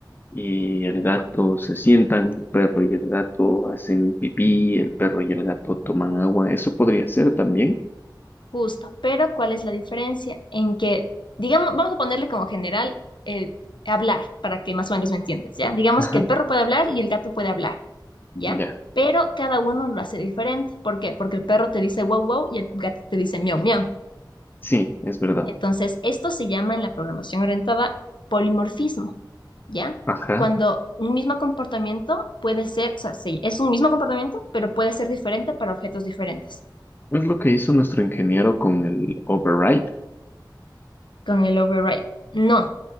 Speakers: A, on the left; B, on the left.
A: y el gato se sientan, el perro y el gato hacen pipí, el perro y el gato toman agua. Eso podría ser también.
B: Justo, pero ¿cuál es la diferencia? En que, digamos, vamos a ponerle como general el hablar, para que más o menos me entiendas, ¿ya? Digamos
A: Ajá.
B: que el perro puede hablar y el gato puede hablar, ¿ya?
A: Ya,
B: Pero cada uno lo hace diferente. ¿Por qué? Porque el perro te dice wow, wow y el gato te dice miau, miau.
A: sí, es verdad.
B: Entonces, esto se llama en la programación orientada polimorfismo, ¿ya?
A: Ajá.
B: Cuando un mismo comportamiento puede ser, o sea, sí, es un mismo comportamiento, pero puede ser diferente para objetos diferentes.
A: Es lo que hizo nuestro ingeniero con el override.
B: Con el override. No,